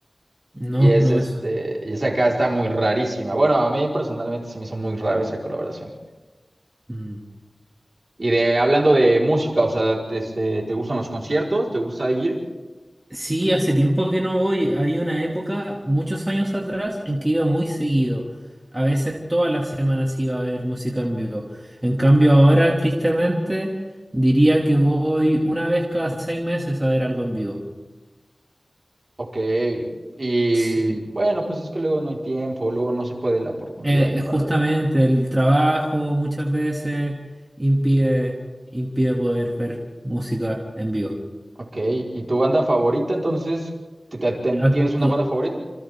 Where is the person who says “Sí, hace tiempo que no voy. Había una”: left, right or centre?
Right